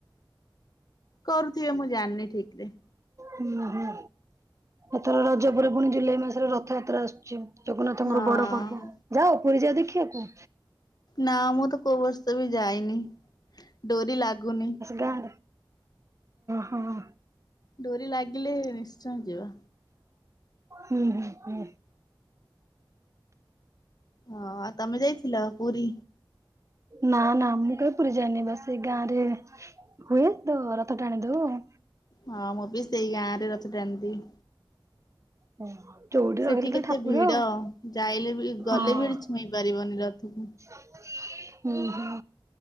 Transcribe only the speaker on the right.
ହୁଁଁ ହୁଁ ଏଥର ରଜ ପରେ ପୁଣି ଜୁଲାଇ ମାସରେ ରଥଯାତ୍ରା ଆସୁଛି ଜଗନ୍ନାଥଙ୍କର
ବଡ ପର୍ବ। ଯାଓ ପୁରୀ ଯାଆ ଦେଖିବାକୁ।
ଗାଁ ରେ ହଁ ହଁ
ହୁଁ ହୁଁ
ନା ନା ମୁଁ କେବେ ପୁରୀ ଯାଇନି ବାସ ସେଇ ଗାଁ ରେ। ହୁଏ ତ ରଥ ଟାଣୀ ଦେଉ ଆଉ
ହୁଁ ଯୋଉଠି
ରହିଲେ
ତ ଠାକୁର
ଆଉ ହଁ
ହୁଁ ହୁଁ